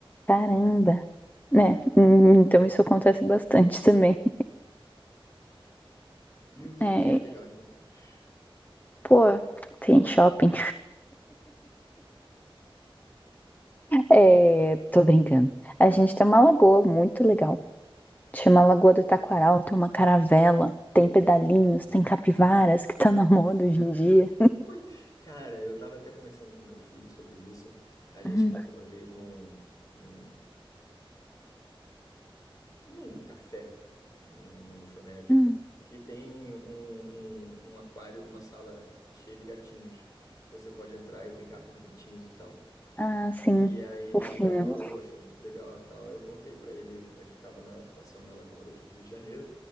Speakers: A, on the left; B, on the left.
A: caramba. É, hum, então isso acontece bastante também.
B: E o que
A: É,
B: que tem de legal em Campinas?
A: pô, tem shopping. É, tô brincando. A gente tem uma lagoa muito legal. Chama Lagoa do Taquaral, tem uma caravela, tem pedalinhos, tem capivaras que tá <laughs> na
B: Campi-
A: moda
B: <laughs>
A: hoje em dia.
B: Pô, cara, eu tava até conversando com meu filho sobre isso. A gente
A: Uhum.
B: foi uma vez num, num, num café, né, uma lanchonete,
A: Uhum.
B: que tem um, um, um aquário, uma sala cheia de gatinhos, que você pode entrar e brincar com os gatinhos e tal.
A: Ah, sim.
B: E aí
A: Fofinho.
B: ele adorou, achou muito legal e tal. Aí eu contei pra ele, a gente tava na- passeando na lagoa daqui do Rio de Janeiro,